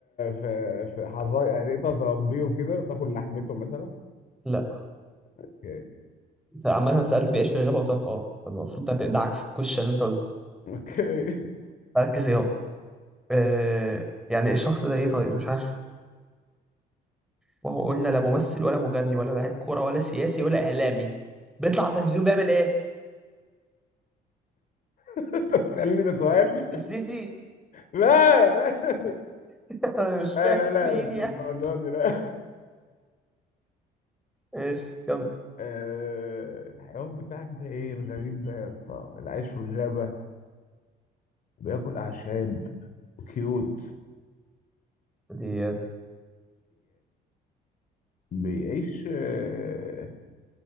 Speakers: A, on the left; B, in the centre.
A: في في حظايا يعني تقدر تربيه وكده وتاكل لحمته مثلا
B: لا
A: اوكي
B: انت عامه سالت بيعيش في الغابه وقلت لك اه فالمفروض ده ده عكس الكوشن اللي انت قلت
A: اوكي <laughs>
B: ركز يابا آه يعني الشخص ده ايه طيب مش عارف وهو قلنا لا ممثل ولا مغني ولا لاعب كوره ولا سياسي ولا اعلامي بيطلع على التلفزيون بيعمل ايه
A: انت بتسالني ده سؤال
B: السيسي
A: لا لا
B: <laughs> انا مش
A: لا
B: فاهم
A: لا لا
B: مين
A: مش
B: يعني
A: الدرجه دي لا
B: ايش كم
A: آه، الحيوان بتاعك ده ايه الغريب ده يا اسطى اللي عايش في الغابه بياكل اعشاب كيوت
B: ديت
A: بيعيش آه،